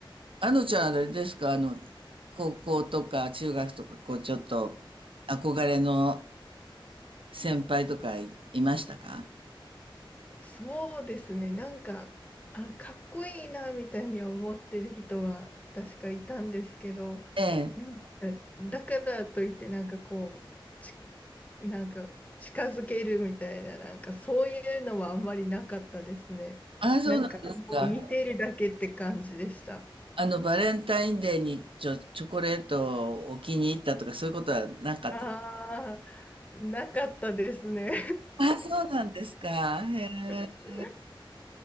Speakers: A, on the right; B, on the left.
A: あのちゃんあれですか、あの、高校とか中学とか、こう、ちょっと憧れの先輩とかい、いましたか
B: そうですね。なんか、あ、かっこいいな、みたいに思ってる人は確かいたんですけど、
A: ええ。
B: でも、だからといって、なんかこう、ち、なんか近づけるみたいな、なんかそういうのはあんまりなかったですね。
A: ああ、そうなんですか。
B: なんか、もう見てるだけって感じでした。
A: あの、バレンタインデーにちょ、チョコレートをお気に入ったとか、そういうことはなかった。
B: ああ、なかったですね。
A: ああ、そうなんですか。へ
B: <laughs>
A: え。